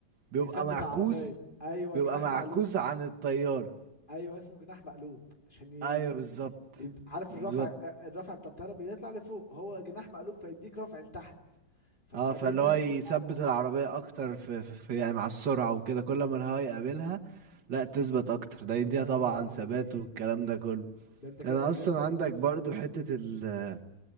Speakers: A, on the right; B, on the left.
A: بيبقى
B: بيثبت
A: معكوس
B: العربيه ايوه
A: بيبقى
B: جناح
A: معكوس
B: مقلوب
A: عن الطيارة
B: ايوه اسمه جناح مقلوب عشان يدي...
A: ايوه بالظبط
B: يد... عارف
A: بالظبط
B: الرفع آه، الرفع بتاع الطياره بيطلع لفوق هو جناح مقلوب فيديك رفع لتحت فالعربيه
A: اه فاللي
B: تثبت
A: هو يثبت
B: اكتر
A: العربية اكتر في, في, في يعني مع السرعة وكده كل ما الهواء يقابلها لا تثبت اكتر ده يديها
B: الله
A: طبعا
B: ينور عليك
A: ثبات والكلام ده كله
B: ده انت كده
A: انا
B: بتتكلم
A: اصلا
B: في
A: عندك
B: الصح
A: برضو حتة ال-